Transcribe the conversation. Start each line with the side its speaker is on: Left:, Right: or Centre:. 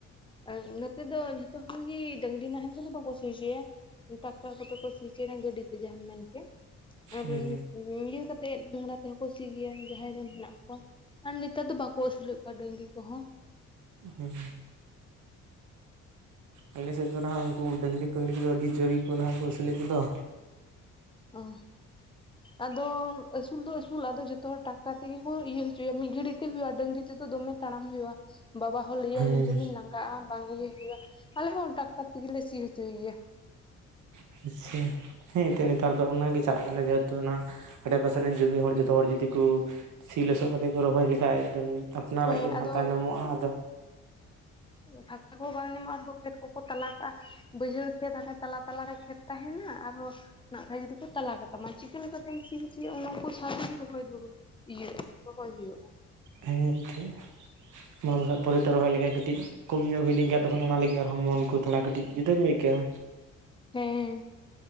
Left: ᱟᱨ ᱱᱚᱛᱮ ᱫᱚ ᱡᱷᱚᱛᱚ ᱦᱚᱲ ᱜᱮ ᱰᱟᱝᱨᱤ ᱱᱟᱦᱮᱞ ᱛᱮᱫᱚ ᱵᱟᱠᱚ ᱥᱤ ᱦᱚᱪᱚᱭᱟ ᱴᱟᱠᱴᱟᱨ ᱠᱚᱛᱮ ᱠᱚ <inaudible> ᱜᱟᱹᱰᱤ ᱛᱮ ᱡᱟᱦᱟᱢ ᱢᱮᱱ ᱠᱮᱫ
Right: ᱦᱩᱸ
Left: <unintelligible> <inaudible> ᱤᱭᱟᱹ ᱠᱟᱛᱮᱜ ᱰᱟᱝᱨᱟ ᱛᱮᱦᱚᱸ ᱠᱚ ᱥᱤ ᱜᱮᱭᱟ ᱡᱟᱦᱟᱭ ᱨᱮᱱ ᱦᱮᱱᱟᱜ ᱠᱚᱣᱟ ᱟᱨ ᱱᱮᱛᱟᱨ ᱫᱚ ᱵᱟᱠᱚ ᱟᱹᱥᱩᱞᱮᱫ ᱠᱚᱣᱟ ᱰᱟᱹᱝᱨᱤ ᱠᱚᱦᱚᱸ
Right: ᱦᱩᱸ ᱟᱞᱮ ᱥᱮᱫ ᱫᱚ ᱱᱟᱦᱟᱜ ᱩᱱᱠᱩ ᱰᱟᱝᱨᱤ ᱯᱟᱝᱨᱤ ᱠᱚᱫᱚ ᱟᱹᱰᱤ ᱡᱩᱨ ᱜᱮᱠᱚ ᱱᱟᱦᱟᱜ ᱠᱚ ᱟᱹᱥᱩᱞᱮᱫ ᱠᱚᱫᱚ
Left: ᱚ ᱟᱫᱚ ᱟᱹᱥᱩᱞ ᱫᱚ ᱟᱹᱥᱩᱞ ᱟᱫᱚ ᱡᱚᱛᱚ ᱦᱚᱲ ᱴᱟᱠᱴᱟᱨ ᱛᱮᱜᱮ ᱠᱚ ᱤᱭᱟᱹ ᱦᱚᱪᱚᱭᱟ ᱢᱤᱫ ᱜᱷᱟᱹᱲᱤᱡ ᱛᱤ ᱦᱩᱭᱩᱜ-ᱟ ᱰᱟᱝᱨᱤ ᱛᱮᱫᱚ ᱫᱚᱢᱮ ᱛᱟᱲᱟᱢ ᱦᱳᱭᱳᱜᱼᱟ᱾ ᱵᱟᱵᱟ ᱦᱚᱸ ᱞᱟᱹᱭᱟᱭ
Right: ᱦᱮᱸ
Left: ᱤᱧ ᱫᱚᱢᱮᱧ ᱞᱟᱸᱜᱟᱜᱼᱟ ᱵᱟᱝ ᱤᱭᱟᱹᱭ ᱦᱳᱭᱳᱜ-ᱟ, ᱟᱞᱮ ᱦᱚᱸ ᱴᱟᱠᱛᱟᱨ ᱛᱮᱜᱮ ᱞᱮ ᱥᱤ ᱦᱚᱪᱚᱭ ᱜᱮᱭᱟ᱾
Right: ᱟᱪᱪᱷᱟ ᱦᱮᱸ ᱮᱱᱛᱮᱫ ᱱᱮᱛᱟᱨ ᱫᱚ ᱚᱱᱟᱜᱮ ᱪᱟᱞᱟᱜ ᱠᱟᱱᱟ ᱡᱮᱦᱩᱛᱩ ᱚᱱᱟ᱾ ᱟᱰᱮᱯᱟᱥᱮ ᱨᱮᱱ ᱡᱩᱫᱤ ᱦᱚᱲ ᱡᱷᱚᱛᱚ ᱦᱚᱲ ᱡᱩᱫᱤ ᱠᱚ ᱥᱤ ᱞᱚᱥᱚᱜ ᱠᱟᱛᱮᱜ ᱠᱚ ᱨᱚᱦᱚᱭ ᱞᱮᱠᱷᱟᱡ, ᱟᱯᱱᱟᱨᱟᱜ
Left: ᱦᱮᱸ
Right: ᱜᱮ ᱱᱟᱦᱟᱜ
Left: ᱟᱫᱚ
Right: ᱛᱟᱭᱱᱚᱢᱚᱜ-ᱟ, ᱟᱫᱚ
Left: ᱯᱷᱟᱸᱠᱟ ᱠᱚᱦᱚᱸ ᱵᱟᱝ ᱧᱟᱢᱚᱜᱼᱟ ᱵᱟᱹᱫ ᱠᱷᱮᱛ ᱠᱚᱠᱚ ᱛᱟᱞᱟ ᱠᱟᱜᱼᱟ ᱵᱟᱹᱭᱦᱟᱹᱲ ᱠᱷᱮᱛ ᱦᱟᱱᱮ ᱛᱟᱞᱟ ᱛᱟᱞᱟᱨᱮ ᱠᱷᱮᱛ ᱛᱟᱦᱮᱱᱟ ᱟᱨᱦᱚᱸ ᱱᱟᱜ ᱠᱷᱟᱡ ᱡᱩᱫᱤ ᱠᱚ ᱛᱟᱞᱟ ᱠᱟᱛᱟᱢᱟ ᱪᱤᱠᱟᱹ ᱞᱮᱠᱟᱛᱮᱢ ᱥᱤ ᱦᱚᱪᱚᱭᱟ ᱚᱱᱠᱩ ᱥᱟᱶ ᱛᱮᱜᱮ ᱨᱚᱦᱚᱭ ᱫᱚ᱾ ᱤᱭᱟᱹᱜᱼᱟ ᱨᱚᱦᱚᱭ ᱦᱳᱭᱳᱜᱼᱟ᱾
Right: ᱦᱮᱸ ᱮᱱᱛᱮ ᱢᱟ ᱵᱟᱠᱷᱟᱡ ᱯᱚᱨᱮᱛᱮ ᱨᱚᱦᱚᱭ ᱞᱮᱠᱷᱟᱡ ᱠᱟᱹᱴᱤᱡ᱾ ᱠᱚᱢ ᱧᱚᱜ ᱦᱩᱭ ᱞᱮᱱᱠᱷᱟᱱ ᱛᱚᱠᱷᱚᱱ ᱚᱱᱟ ᱞᱟᱹᱜᱤᱫ ᱟᱨᱦᱚᱸ ᱢᱚᱱ ᱠᱚ ᱛᱷᱚᱲᱟ ᱠᱟᱹᱴᱤᱡ ᱡᱩᱫᱟᱹ ᱧᱚᱜ ᱟᱹᱭᱠᱟᱹᱜᱼᱟ᱾
Left: ᱦᱮᱸ